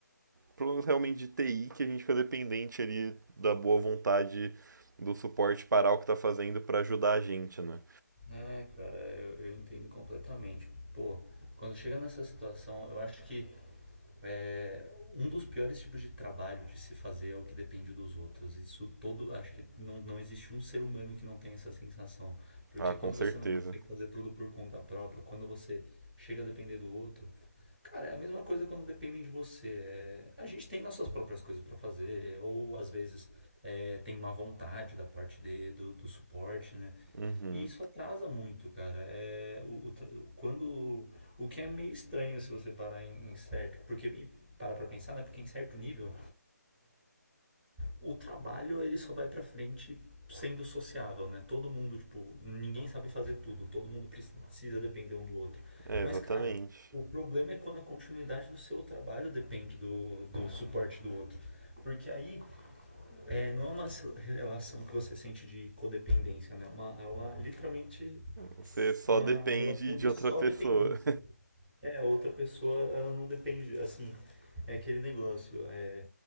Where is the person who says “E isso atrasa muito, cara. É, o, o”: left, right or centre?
Centre